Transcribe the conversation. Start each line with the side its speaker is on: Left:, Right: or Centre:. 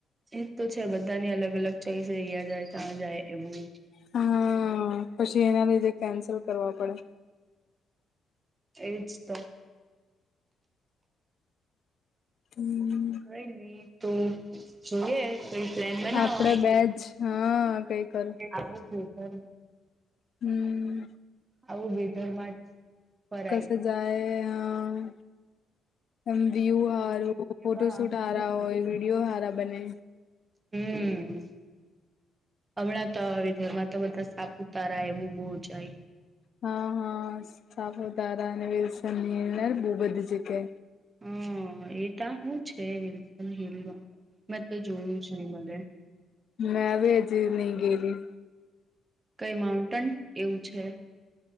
Right: એ તો છે બધાની અલગ અલગ ચોઈસ અહીયાં જાય ત્યા જાય એવું.
Left: હા પછી એના લીધે કેન્સલ કરવા પડે.
Right: એ જ તો.
Left: હમ્મ.
Right: કંઈ નઈ, તો જોયે. કોઈ પ્લાન- બનાવો
Left: આપડે બેજ, હા કઈ કરું-
Right: આવવુ જોય <unintelligible>
Left: હમ્મ‌.
Right: આવી વેધર માં જ- ફરાય
Left: કસે જાય, હાઅ. એ વ્યુ
Right: કઈને
Left: હારું,
Right: કેવા
Left: ફોટો શૂટ
Right: હમ
Left: હારા હોય, વિડીયો હારા બને.
Right: હમ્મ. હમણાં તો, આવા વેધરમાં, તો બધા સાપુતારા એવું બહુ જાય.
Left: હા હા, સાપુતારા અને વિલ્સન હીલ બહુ બધી જગ્યાએ.
Right: હ એતો શું છે, વિલ્સન હિલમાં, મેં તો જોયું જ ની મલે.
Left: મેં બી, જી નહી ગેલી. -
Right: કંઈ માઉન્ટન એવું છે?